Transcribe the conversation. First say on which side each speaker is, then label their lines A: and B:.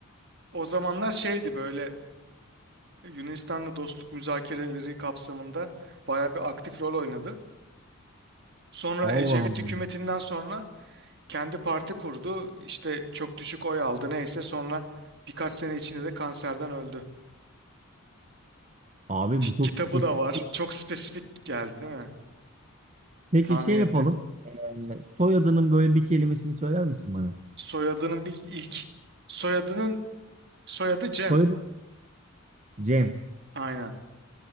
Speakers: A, on the right; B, on the right.
A: o zamanlar şeydi böyle Yunanistan'la dostluk müzakereleri kapsamında bayağı bir aktif rol oynadı. Sonra
B: Allah
A: Ecevit
B: Allah.
A: hükümetinden sonra kendi parti kurdu. İşte çok düşük oy aldı neyse sonra birkaç sene içinde de kanserden öldü.
B: Abi bu çok
A: Kitabı
B: spesifik.
A: da var. Çok spesifik geldi değil mi?
B: Peki
A: Tahmin
B: şey
A: ettim.
B: yapalım. Ee, Soyadının böyle bir kelimesini söyler misin bana?
A: Soyadının bir ilk soyadının soyadı Cem.
B: Soyadı Cem.
A: Aynen.